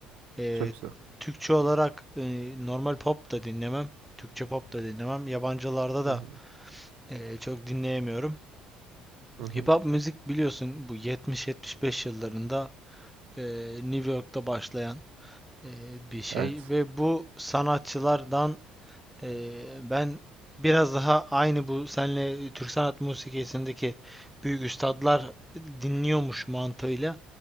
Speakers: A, in the centre; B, on the right.
A: eee,
B: Çok güzel.
A: Türkçe olarak eee, normal pop da dinlemem. Türkçe pop da dinlemem. Yabancılarda
B: Hı
A: da
B: hı,
A: eee, çok dinleyemiyorum.
B: hı hı.
A: Hip hop müzik biliyorsun bu 70-75 yıllarında eee, New York'ta başlayan eee, bir şey
B: Evet.
A: ve bu sanatçılardan Ee, ben biraz daha aynı bu senle Türk sanat musikisindeki büyük üstadlar dinliyormuş mantığıyla